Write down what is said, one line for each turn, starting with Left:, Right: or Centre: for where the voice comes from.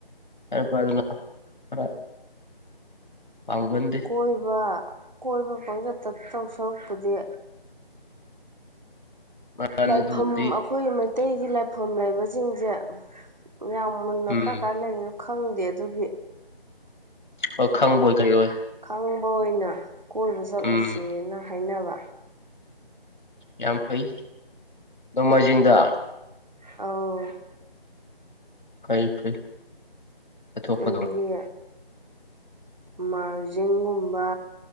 Left: ꯌꯥ ꯐ ꯑꯗꯨꯅ ꯈꯔ ꯐꯥꯎꯒꯗꯤ
Right: ꯀꯣꯏꯕ ꯀꯣꯏꯕ ꯄꯪꯆꯠꯇ ꯇꯧ ꯁꯔꯨꯛꯄꯗꯤ
Left: ꯃꯥꯅꯤ
Right: ꯂꯥꯏꯐꯝ
Left: ꯑꯗꯨꯕꯨꯗꯤ
Right: ꯑꯩꯈꯣꯏ ꯃꯩꯇꯩꯒꯤ ꯂꯥꯏꯐꯝ ꯂꯩꯕꯁꯤꯡꯁꯦ ꯌꯥꯝ ꯃꯨꯟꯅ
Left: ꯎꯝ
Right: ꯀꯥꯏ ꯀꯥꯏ ꯂꯩꯔꯤꯅꯣ ꯈꯪꯗꯦ ꯑꯗꯨꯒꯤ
Left: ꯑꯣ ꯈꯪ ꯜ ꯀꯔꯤ ꯑꯣꯏꯣꯏ
Right: ꯈꯪꯕ ꯑꯣꯏꯅ ꯀꯣꯏꯕ ꯆꯠꯂꯨꯁꯦꯅ
Left: ꯎꯝ
Right: ꯍꯥꯏꯅꯕ
Left: ꯌꯥꯝ ꯐꯩ ꯅꯣꯡꯃꯥꯏꯖꯤꯡꯗ
Right: ꯑ
Left: ꯐꯩ ꯐꯩ ꯆꯊꯣꯛꯀꯗ
Right: ꯑꯩꯈꯣꯏꯒꯤ ꯃꯥꯔꯖꯤꯡꯒꯨꯝꯕ